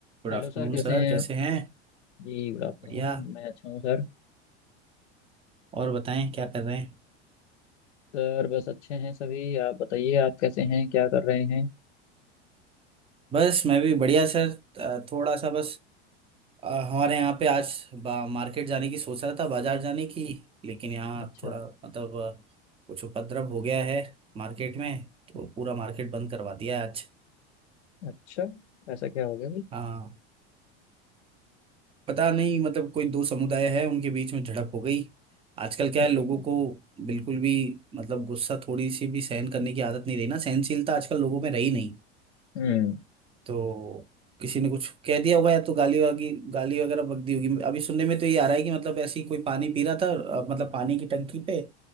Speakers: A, on the right; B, on the left.
A: Good
B: Hello
A: afternoon
B: sir कैसे
A: sir
B: हैं
A: कैसे
B: आप
A: हैं
B: जी गुड आफ्टरनून
A: बढ़िया
B: मैं अच्छा हूँ सर
A: और बताएं क्या कर रहे हैं
B: सर बस अच्छे हैं सभी आप बताइए आप कैसे हैं क्या कर रहे हैं
A: बस मैं भी बढ़िया सर अ, थोड़ा सा बस अ, हमारे यहाँ पे आज बा- मार्केट जाने की सोच रहा था बाजार जाने की लेकिन यहाँ
B: अच्छा
A: थोड़ा मतलब अ, कुछ उपद्रव हो गया है मार्केट में तो पूरा मार्केट बंद करवा दिया है आज
B: अच्छा ऐसा क्या हो गया भाई
A: हाँ पता नहीं मतलब कोई दो समुदाय है उनके बीच में झड़प हो गई आजकल क्या
B: अच्छा
A: है लोगों को बिल्कुल भी मतलब गुस्सा थोड़ी सी भी सहन करने की आदत नहीं रही ना सहनशीलता आजकल लोगों में रही नहीं
B: हम्म
A: तो किसी ने कुछ कह दिया होगा या तो गाली वागी गाली वगैरह बक दी होगी अभी सुनने में तो ये आ रहा है कि मतलब ऐसे ही कोई पानी पी रहा था अ, मतलब पानी की टंकी पे